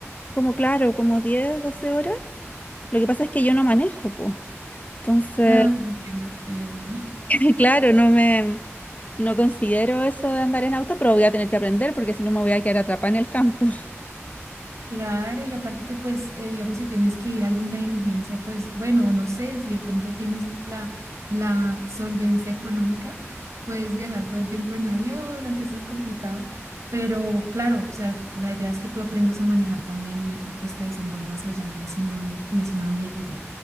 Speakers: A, on the left (about 30°); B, on the right (about 85°).
A: como claro, como 10 12 horas. Lo que pasa es que yo no manejo, pues. Entonces,
B: Ah, entiendo, sí, obvio.
A: <laughs> Claro, no me, no considero eso de andar en auto, pero voy a tener que aprender porque si no me voy a quedar atrapada en el campo.
B: Claro, y aparte que pues, eh, digamos, si tienes que ir a alguna diligencia, pues bueno, no sé, si de pronto tienes la, la solvencia económica, puedes viajar todo el tiempo en avión, aunque eso es complicado, pero claro, o sea, la idea es que tú aprendas a manejar también y, y, pues te desenvuelvas allá en ese nuevo, en ese nuevo ambiente.